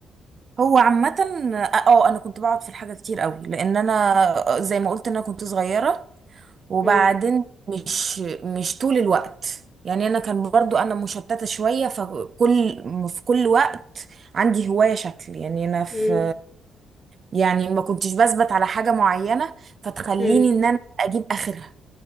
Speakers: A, on the right (about 40°); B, on the left (about 25°).
A: هو عامة اه انا كنت بقعد في الحاجة كتير قوي لان انا زي ما قلت انا كنت صغيرة وبعدين
B: امم
A: مش مش طول الوقت يعني انا كان برضو انا مشتتة شوية فكل في كل وقت عندي هواية شكل يعني انا في
B: امم
A: يعني ما كنتش بثبت على حاجة معينة فتخليني
B: امم
A: ان انا اجيب اخرها